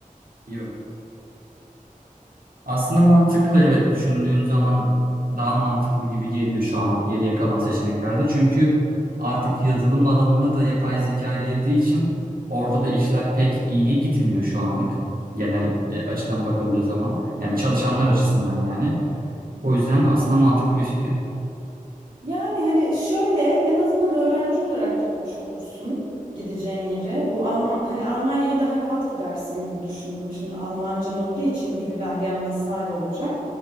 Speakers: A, on the right; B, on the right.
A: Yok. Aslında mantıklı evet düşündüğün zaman daha mantıklı gibi geliyor şu an geriye kalan seçeneklerde. Çünkü artık yazılım alanına da yapay zeka girdiği için orada da işler pek iyi gitmiyor şu anlık. Genel e, açıdan bakıldığı zaman yani çalışanlar açısından yani. O yüzden aslında mantıklı bir fikir.
B: yani hani şöyle en azından öğrenci olarak gitmiş olursun gideceğin yere. Bu Alma hani Almanya'ya daha rahat gidersin gibi düşündüm. Şimdi Almancan olduğu için dil belgen vesaire olacak.